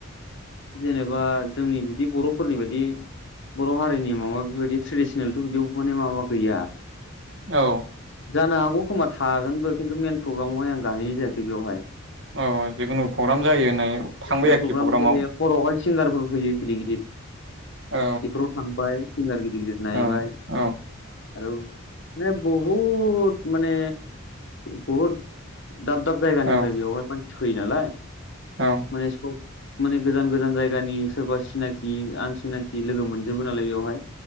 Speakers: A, on the left; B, on the right.
A: जेनेबा जोंनि बिदि बर'फोरनि बायदि बर' हारिनि माबा बेबायदि ट्रेडिसनेलथ' बिदि माने माबा गैया
B: औ
A: जानो हागौ खोमा थागोनबो खिन्थु मेन प्रग्रामावहाय आं गाहैनाय जायाखै बेवहाय।
B: अ जिखुनु फग्राम जायो होननाय
A: जायखिया
B: थांबाय आरोखि
A: प्रग्राम
B: फग्रामाव
A: जे हरावहाय सिंगारफोर फैयो गिदिर-गिदिर।
B: औ
A: बेफोराव थांबाय सिंगार गिदिर-गिदिर नायबाय
B: औ औ
A: आरो माने बहुत माने बहुत दाब-दाब जायगानिफ्राय
B: औ
A: बेयावहाय मान थैयो नालाय
B: औ
A: माने <unintelligible> माने गोजान-गोजान जायगानि सोरबा सिनाखि आनसिनाखि लोगो मोनजोबो नालाय बेवहाय।